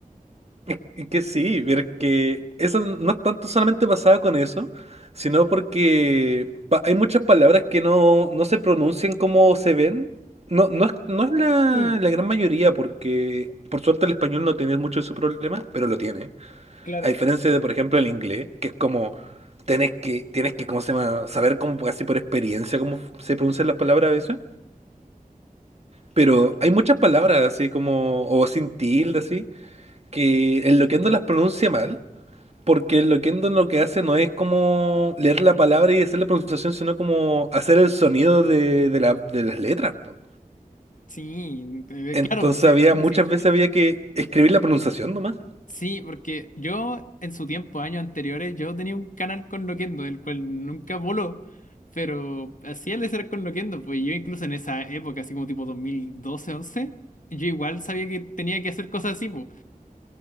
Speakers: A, on the right; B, on the left.
A: <laughs> y que sí, pero es que eso no es tanto solamente pasado con eso, sino porque pa- hay muchas palabras que no, no se pronuncian como se ven. No, no es, no es la,
B: Sí,
A: la gran mayoría, porque por suerte el español no tiene mucho de su problema, pero lo tiene.
B: claro.
A: A diferencia de, por ejemplo, el inglés, que es como tenés que, tienes que, ¿cómo se llama? Saber como casi por experiencia cómo se pronuncian las palabras a veces. Pero hay muchas palabras así como, o sin tilde así, que el loquendo las pronuncia mal, porque el loquendo lo que hace no es como leer la palabra y hacer la pronunciación, sino como hacer el sonido de, de la- de las letras. po.
B: Sí, eh,
A: Entonces
B: claro, pues, sí,
A: había,
B: entiendo,
A: muchas
B: sí.
A: veces había que escribir la pronunciación nomás.
B: Sí, porque yo en su tiempo, años anteriores, yo tenía un canal con Loquendo, el cual nunca voló, pero hacía el ser con Loquendo, pues yo incluso en esa época, así como tipo 2012, 11, yo igual sabía que tenía que hacer cosas así, po.